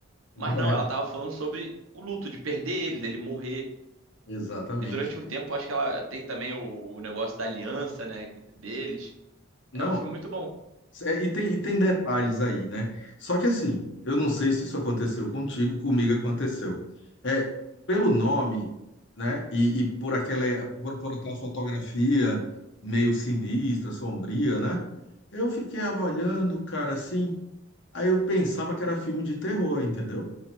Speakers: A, on the left; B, on the right.
A: <laughs>
B: Mas não, ela
A: é,
B: tava falando sobre o luto de perder ele, dele morrer.
A: exatamente.
B: E durante um tempo, eu acho que ela tem também o, o negócio da aliança, né, deles.
A: Não,
B: É um filme muito bom.
A: é, e tem, e tem detalhes aí, né? Só que assim, eu não sei se isso aconteceu contigo, comigo aconteceu. É, pelo nome, né, e, e por aquela, por, por aquela fotografia meio sinistra, sombria, né? Eu fiquei avaliando o cara assim. Aí eu pensava que era filme de terror, entendeu?